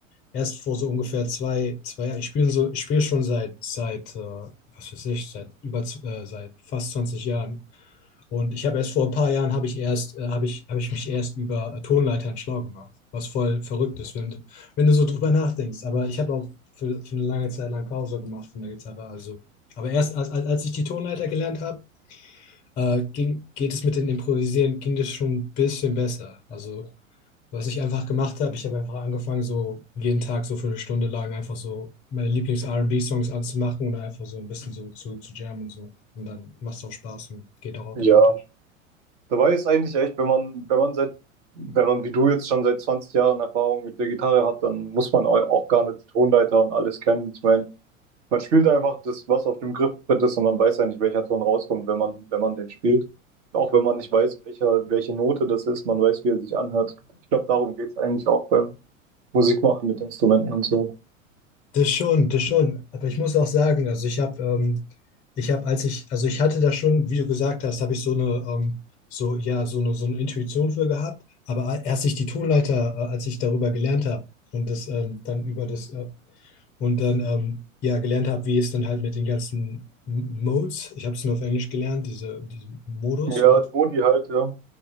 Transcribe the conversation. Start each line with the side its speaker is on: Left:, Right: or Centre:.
Left: erst vor so ungefähr zwei, zwei Jahren, ich spiele so, ich spiele schon seit, seit, äh, was weiß ich, seit über, z- äh, seit fast 20 Jahren. Und ich habe erst vor ein paar Jahren habe ich erst, äh, habe ich, habe ich mich erst über äh, Tonleitern schlau gemacht, was voll verrückt ist, wenn, du- wenn du so drüber nachdenkst. Aber ich habe auch für, für eine lange Zeit lang Pause gemacht von der Gitarre. Also. Aber erst als, als, als ich die Tonleiter gelernt habe, äh, ging, geht es mit dem Improvisieren, ging das schon ein bisschen besser. Also, was ich einfach gemacht habe, ich habe einfach angefangen, so jeden Tag so für eine Stunde lang einfach so meine Lieblings-R&B-Songs anzumachen und einfach so ein bisschen so zu, zu jammen und so. Und dann macht es auch Spaß und geht auch automatisch.
Right: Ja. Dabei ist eigentlich echt, wenn man, wenn man seit, wenn man wie du jetzt schon seit 20 Jahren Erfahrung mit der Gitarre hat, dann muss man au- auch gar nicht die Tonleiter und alles kennen. Ich meine, man spielt einfach das, was auf dem Griffbrett ist und man weiß eigentlich, welcher Ton rauskommt, wenn man, wenn man den spielt. Auch wenn man nicht weiß, welcher, welche Note das ist, man weiß, wie er sich anhört. Ich glaube, darum geht es eigentlich auch beim Musikmachen mit Instrumenten und so.
Left: Das schon, das schon. Aber ich muss auch sagen, also ich habe, ähm, ich habe, als ich, also ich hatte da schon, wie du gesagt hast, habe ich so eine, ähm, so, ja, so eine, so eine Intuition für gehabt. Aber a- erst ich die Tonleiter, äh, als ich darüber gelernt habe und das ähm, dann über das, äh, und dann, ähm, ja, gelernt habe, wie es dann halt mit den ganzen M- Modes, ich habe es nur auf Englisch gelernt, diese, diese Modus
Right: Ja,
Left: oder
Right: die Modi halt, ja.